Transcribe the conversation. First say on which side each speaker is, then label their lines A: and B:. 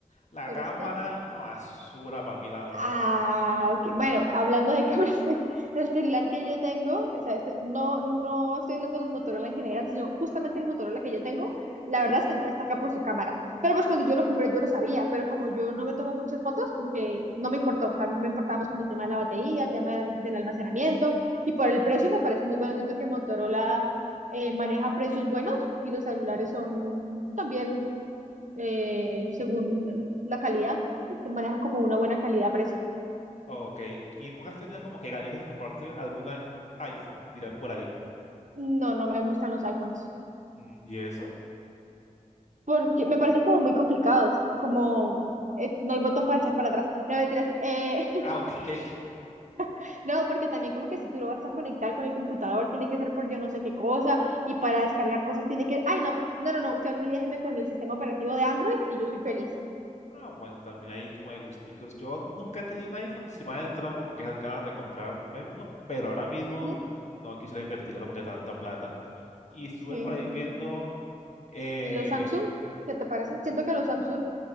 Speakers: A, on the left; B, on the right.
A: la
B: pero
A: cámara,
B: es que
A: una basura para mí, la verdad.
B: Ah, ok. Bueno, hablando de cámaras, <laughs> el celular que yo tengo, o sea, este- no, no estoy hablando de los Motorola en general, sino justamente el Motorola que yo tengo, la verdad es que no destaca por su cámara. Pero pues cuando yo lo compré yo lo sabía, pero como yo no me tomo muchas fotos, como que no me importó. O sea, a mí me importaba más como el tema de la batería, el tema del, del almacenamiento y por el precio me parece muy bueno. Siento que Motorola eh, maneja precios buenos y los celulares son también eh, según la calidad te manejan como una buena calidad-precio.
A: Ok, y nunca has tenido como que ganas de compartir alguna, un iPhone, dirán por ahí.
B: No, no me gustan los iPhones.
A: Mm, ¿Y eso?
B: Porque me parecen como muy complicados, como eh, no hay botón para echar para atrás. No, mentiras. eh,
A: Ah, ok. <laughs>
B: <laughs> no, porque también como que si tú lo vas a conectar con el computador, tiene que ser por yo no sé qué cosa, y para descargar cosas tiene que... Ay, no, no, no, no, usted a mí déjeme con el sistema operativo de Android y yo soy feliz.
A: Ah, bueno, también hay como de gusticos. Yo nunca he tenido un iPhone, sí me han entrado como que esas ganas de comprarme uno, pero ahora mismo
B: Ujú,
A: no quisiera invertirle como que tanta plata. Y estuve
B: Sí.
A: por ahí viendo, eh,
B: ¿Y los Samsung? ¿Qué te parecen? Siento que los Samsung